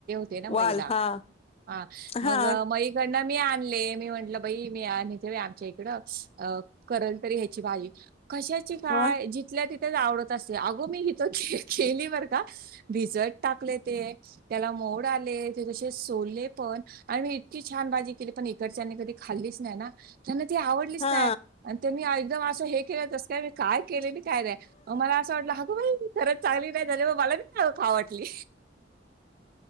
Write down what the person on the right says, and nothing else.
ते ना मला
ह मग
गण आणले मी म्हंटलं बाई मी आणि ते बाई आमच्या इकड अ करेल तरी बाई कशाची काय
जिथल्या तिथं आवडत अस अंग मि इथं. बर का भिजत टाकले ते त्याला मोड आले ते कसे सोले पण आणि मी इतकी छान भाजी केली पण इकडच्यांनी कधी खाल्लीच नाही ना त्यांना ती आवडलीच
नाही. त्यांनी एकदम असं हे केलं तसं काय मी काय केले काय नाही मला असं वाटलं अगो बाई खरच चांगली. काय झालं म मला मित खा वाटली.